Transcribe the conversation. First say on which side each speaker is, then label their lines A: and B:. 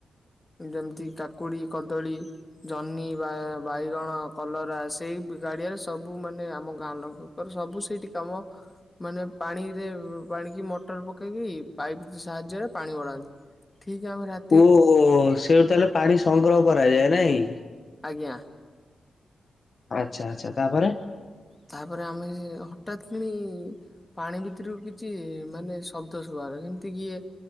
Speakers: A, on the left; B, on the left.
A: ଯେମିତି କାକୁଡ଼ି କଦଳୀ। ଜହ୍ନି ବା ବାଇଗଣ କଲରା ସେଇ ଗାଡିଆରେ ସବୁ ମାନେ ଆମ ଗାଁ ଲୋକ ର ସବୁ ସେଇଠି କାମ ମାନେ ପାଣିରେ ପାଣିକି ମଟର ପକେଇକି ପାଇପ୍ ସାହାଯ୍ୟରେ ପାଣି ମଡ଼ା ଠିକ ସମ୍
B: ଓ ସେଇଠୁ ତାହେଲେ ପାଣି ସଂଗ୍ରହ କରାଯାଏ, ନାଇଁ
A: ଆଜ୍ଞା।
B: ଆଚ୍ଛା ଆଛା ତାପରେ
A: ତାପରେ ଆମେ ହଠାତ୍ କିଣି ପାଣି ଭିତରକୁ କିଛି ମାନେ ଶବ୍ଦ ଶୁଭା ଗଲା ଯେମିତି କିଏ